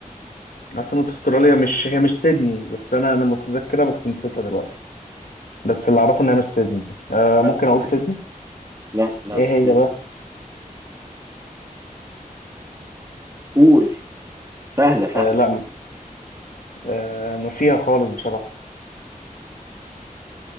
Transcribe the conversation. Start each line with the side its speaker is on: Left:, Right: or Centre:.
Left: عاصمة استراليا مش هي مش سيدني بس انا انا متذكرة بس نسيتها دلوقتي بس اللي اعرفه ان هي مش سيدني آه
Right: لا
Left: ممكن اقول
Right: سيدني
Left: سيدني
Right: لا لا
Left: ايه هي
Right: سيدني
Left: بقى
Right: قول سهلة سهلة
Left: آه لا آه نسيها خالص بصراحة